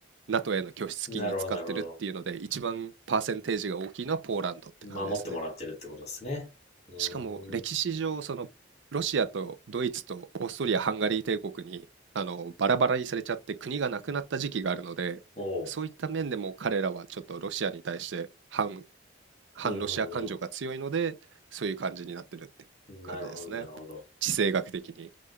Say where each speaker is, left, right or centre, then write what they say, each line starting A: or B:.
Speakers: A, on the right (about 75°); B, on the left (about 35°).
A: NATO への拠出金に使ってるっていうので一番パーセンテージが大きいのはポーランドって感じですね。
B: ん。なるほどなるほど。守ってもらってるってことですね。うーん。
A: しかも歴史上、そのロシアとドイツとオーストリア・ハンガリー帝国にあのバラバラにされちゃって国がなくなった時期があるので、
B: おう。
A: そういった面でも彼らはちょっとロシアに対して反、反ロシア感情が強いので、
B: うんうん
A: そういう感じになってるって感じですね。
B: うん。なるほどなるほど。
A: 地政学的に。